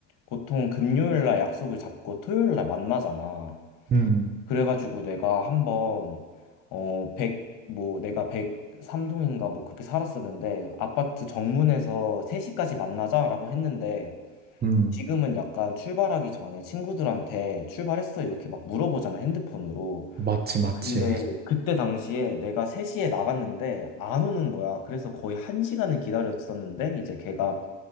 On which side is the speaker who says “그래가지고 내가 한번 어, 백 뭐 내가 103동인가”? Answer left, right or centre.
Left